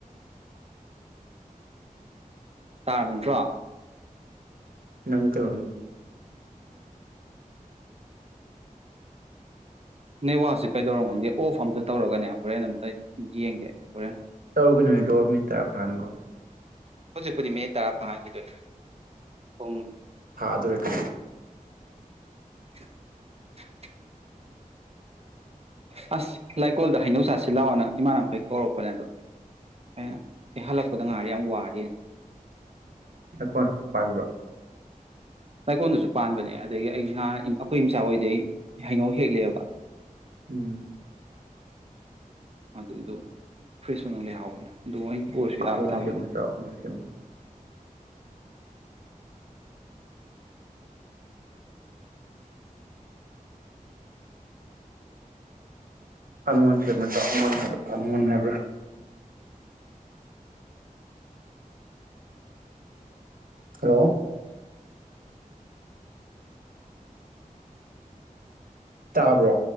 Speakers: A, on the right; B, on the right.
A: ꯇꯥꯔꯕ ꯅꯠꯇ꯭ꯔꯣ
B: ꯅꯪꯣ
A: ꯑꯦ ꯋꯥꯁꯦ ꯀꯩꯗꯧꯔꯣ ꯈꯪꯗꯦ ꯑꯣꯐ ꯑꯝꯇ ꯇꯧꯔꯒꯅꯦ ꯍꯣꯔꯦꯟ ꯑꯃꯝꯇ ꯌꯦꯡꯒꯦ ꯍꯣꯔꯦꯟ
B: ꯇꯧꯒꯅꯨ ꯍꯥꯏ ꯂꯣꯛ ꯃꯤ ꯇꯔꯥ ꯐꯥꯟꯈꯣ
A: ꯍꯧꯖꯤꯛꯄꯗꯤ ꯃꯦ ꯇꯔꯥ ꯐꯥꯡꯈꯤꯗꯣꯏꯅꯦ ꯄꯨꯡ
B: ꯍꯥ ꯑꯗꯨꯔꯦ
A: <inaudible> ꯑꯁ ꯂꯩꯀꯣꯜꯗ ꯍꯩꯅꯧꯆꯥꯥꯁꯤ ꯂꯥꯛꯑꯣꯅ ꯏꯃꯥꯟꯅꯕꯅꯕꯩ ꯀꯧꯔꯛꯄꯅꯦ ꯑꯗꯣ ꯑꯩꯅ ꯑꯩ ꯍꯜꯂꯛꯄꯗ ꯉꯥꯏꯔꯤ ꯌꯥꯝ ꯋꯥꯔꯤꯅ
B: ꯑꯩꯈꯣꯏ ꯄꯥꯏꯝꯕ꯭ꯔꯣ
A: ꯂꯩꯀꯣꯟꯜꯗꯨꯁꯨ ꯄꯥꯟꯕꯅꯦ ꯑꯗꯒꯤ ꯑꯩ ꯉꯥ ꯑꯩꯈꯣꯏ ꯏꯆꯥ ꯍꯣꯏꯗꯩ ꯍꯩꯅꯧ ꯍꯦꯛꯂꯦꯕ
B: ꯎꯝ
A: ꯑꯗꯨꯏꯗꯣ ꯐ꯭ꯔꯦꯁ ꯃꯅꯨꯡꯗ ꯂꯩ ꯍꯥꯎꯕꯅꯦ ꯑꯗꯨ ꯄꯨꯔꯁꯨ
B: ꯑꯃꯣꯟꯁꯦꯃ
A: ꯌꯥꯕꯨꯗꯤ
B: ꯆꯧꯃꯣꯜ ꯁꯦꯃ ꯑꯃꯣꯟ ꯍꯥꯏꯕ ꯑꯃꯣꯟ ꯍꯥꯏꯕ꯭ꯔꯥ ꯑꯃꯣꯟ ꯍꯥꯏꯕ꯭ꯔꯥ ꯍꯜꯂꯣ ꯇꯥꯕ꯭ꯔꯣ